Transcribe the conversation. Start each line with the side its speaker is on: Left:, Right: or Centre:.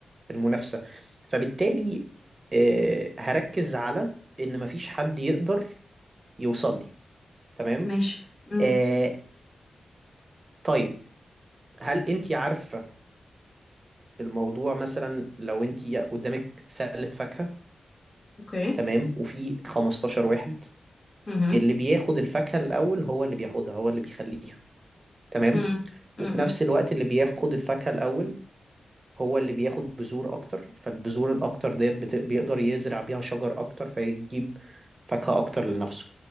Right: المنافسة فبالتالي آه، هركز على ان مفيش حد يقدر يوصل لي تمام
Left: ماشي مم.
Right: آه، طيب هل انت عارفة الموضوع مثلا لو انت قدامك سلة فاكهة
Left: اوكي
Right: تمام وفي 15 واحد
Left: مهم.
Right: اللي بياخد الفاكهة الاول هو اللي بياخدها هو اللي بيخليها تمام
Left: مم. مم.
Right: وفي نفس الوقت اللي بياخد الفاكهة الأول هو اللي بياخد بذور أكتر فالبذور الأكتر ديت بت... بيقدر يزرع بيها شجر أكتر فيجيب فاكهة أكتر لنفسه